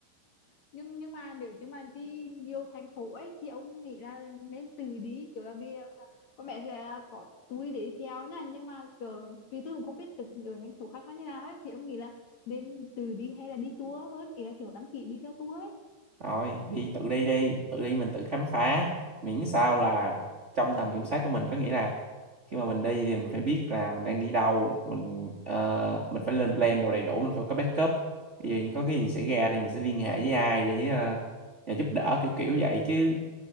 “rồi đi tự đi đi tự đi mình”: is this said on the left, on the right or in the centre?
Right